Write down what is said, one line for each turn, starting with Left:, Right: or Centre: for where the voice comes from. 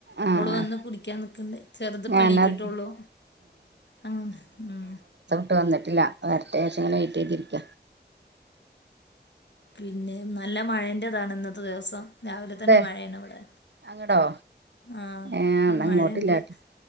Right: ആഹ്
Left: ഓള് വന്ന് കുടിക്കാനിക്കണണ്ട് ചെറുതിപ്പോണിറ്റിട്ടെ
Right: ഞാനത്
Left: ഒള്ളു അങ്ങനെ ഉം
Right: ട്ട് വന്നിട്ടില്ല വരട്ടെവച്ച് ഇങ്ങനെ വെയിറ്റ് ചെയ്തിരിക്ക
Left: പിന്നെ ന്ന നല്ല മഴേന്റെതാണ് ഇന്നത്തെ ദിവസം രാവിലെ
Right: അതെ
Left: തന്നെ മഴയാണ് ഇവിടെ
Right: അങ്ങടോ
Left: ആ
Right: ഏഹ് എന്നാ
Left: മഴ
Right: ഇങ്ങോട്ടില്ലാട്ടോ
Left: ഇണ്ട്